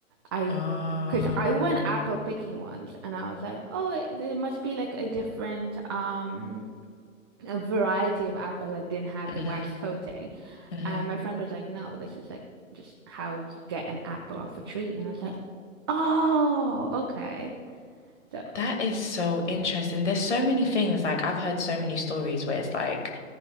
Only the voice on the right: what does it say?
I,
because I went apple picking once and I was like, oh, it- there must be like a different um a variety of apple that didn't have
the wax coating.
And my friend was like, no, this is like just how you get an apple off a tree. And I was like, oh, okay. So